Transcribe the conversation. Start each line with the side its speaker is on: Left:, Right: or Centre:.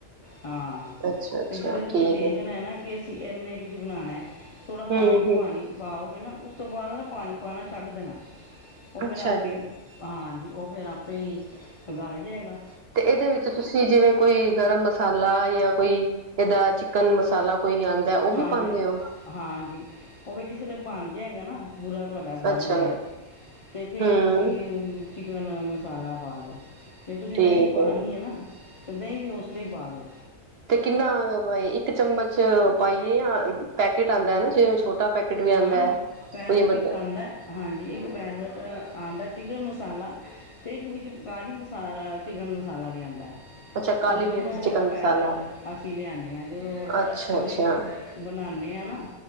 Left: ਹਾਂ
Right: ਅੱਛਾ ਅੱਛਾ
Left: ਜਿਲੇ ਤੁਸੀ
Right: ਠੀਕ
Left: ਵੇਖਨਾ
Right: ਹੈ
Left: ਏ ਨਾ ਕਿ ਏਨੇ ਕੇ ਚੀ ਬਨਾਨਾ, ਥੋੜਾ
Right: ਹੂੰ
Left: ਫਾਲਤੂ
Right: ਹੂੰ
Left: ਪਾਨੀ ਪਾਓਗੇ ਨਾ ਉਸ ਤੋਂ ਬਾਦ ਨਾ ਪਾਨੀ ਪਾਨਾ ਛੱਡ ਦੇਨਾ, ੳਹ ਫੇਰ
Right: ਅੱਛਾ
Left: ਆਪੇ
Right: ਜੀ
Left: ਹਾਂਜੀ, ੳ ਫੇਰ ਆਪੇ ਈ ਗਲ ਜੇਗਾ।
Right: ਤੇ ਏਦੇ ਵਿੱਚ ਤੁਸੀ ਜਿਵੇਂ ਕੋਈ ਗਰਮ ਮਸਾਲਾ ਯਾ ਕੋਈ ਏਦਾ ਚਿਕਨ ਮਸਾਲਾ ਕੋਈ ਆਂਦਾ ੳਹ
Left: ਹਾਂਜੀ
Right: ਵੀ ਪਾਂਦੇ ੳ?
Left: ਹਾਂਜੀ, ੳਵੀ ਜਿਸਲੇ ਬਨ ਜੇਗਾ ਨਾ ਪੂਰਾ ਤੁਹਾਡਾ ਗਲ
Right: ਅੱਛਾ
Left: ਗੇਆ ਤੇ ਫੇਰ
Right: ਹੂੰ
Left: ਤੁਸੀ ਚਿਕਨ ਮਸਾਲਾ ਪਾ ਦੋ। ਜੇ ਤੁਸੀ
Right: ਠੀਕ
Left: ਦਂਈ ਪਾਨੀ
Right: ਹੈ
Left: ਏ ਨਾ ਤੇ ਦਂਈ ਵੀ ੳਸਲੇ ਈ ਪਾ ਦੳ।
Right: ਤੇ ਕਿੰਨਾ ਬਈ ਇੱਕ ਚਮਚ ਪਾਈਏ ਤਾਂ ਪੈਕੇਟ ਆਂਦਾ ਏ ਨਾ, ਜਿਵੇ ਛੋਟਾ ਪੈਕੇਟ ਵੀ ਆਂਦਾ
Left: ਹਾਂ
Right: ਹੈ।
Left: ਪੈਕੇਟ
Right: ਇਹ ਵੱਡਾ
Left: ਇੱਕ ਆਂਦਾ ਹਾਂਜੀ, ਇੱਕ ਪੈਕੇਟ ਆਂਦਾ ਚਿਕਨ ਮਸਾਲਾ ਤੇ ਇੱਕ ਵਿੱਚ ਕਾਲੀ ਮਸਾਲਾ, ਚਿਕਨ ਮਸਾਲਾ ਵੀ ਆਂਦਾ।
Right: ਅੱਛਾ ਕਾਲੀ
Left: ੳ ਦੋਨੋ
Right: ਮਿਰਚ ਚਿਕਨ ਮਸਾਲਾ
Left: ਪੈਕਟ ਅਸੀ ਲਿਆਨੇ ਆ ਜਦੋਂ
Right: ਅੱਛਾ-ਅੱਛਾ
Left: ਅਸੀ ਬਨਾਨੇ ਆ ਨਾ